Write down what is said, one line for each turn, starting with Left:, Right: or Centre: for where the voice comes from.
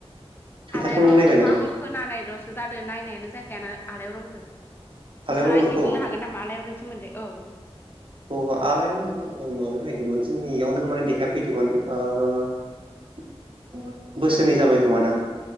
Left: आलायारनखौथ'
Right: एथाखौनों नायबाय नामा?
Left: आं खोनानायल'सो जादों नायनायानो जायाखै आलायआर'नखो नोंथाङा
Right: आलायारनखौ
Left: एसे बुंनो हागोन नामा आलायआर'ननि सोमोन्दै औ।
Right: औ आलायआर'नखौ आङो माबायाव नायदोंमोन जोंनि एयावनो माने देखायफैदोंमोन ओ बोसोरनै जाबाय खोमादां।